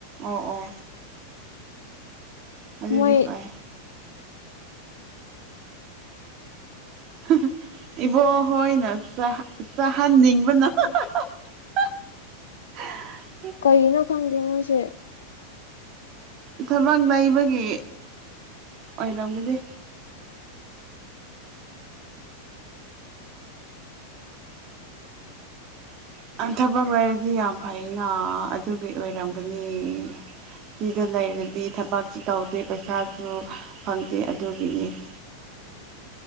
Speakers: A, on the right; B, on the left.
A: ꯑꯣ ꯑꯣ ꯑꯗꯨꯗꯤ
B: ꯃꯣꯏ
A: ꯐꯥꯏ <unintelligible> ꯏꯕꯣ ꯍꯣꯏꯅ ꯆꯥꯍꯟꯅꯤꯡꯕꯅ <unintelligible>
B: ꯀꯩ ꯅꯣ ꯈꯪꯗꯦ ꯃꯣꯏꯁꯦ
A: ꯊꯕꯛ ꯂꯩꯕꯒꯤ ꯑꯣꯏꯔꯝꯒꯅꯤ <unintelligible> ꯊꯕꯛ ꯂꯩꯔꯗꯤ ꯌꯥꯝ ꯐꯩꯅ ꯑꯗꯨꯒꯤ ꯑꯣꯏꯔꯝꯒꯅꯤ ꯁꯤꯗ ꯂꯩꯔꯗꯤ ꯊꯕꯛꯁꯨ ꯇꯧꯗꯦ ꯄꯩꯁꯥꯁꯨ ꯐꯪꯗꯦ ꯑꯗꯨꯒꯤꯅꯤ <inaudible>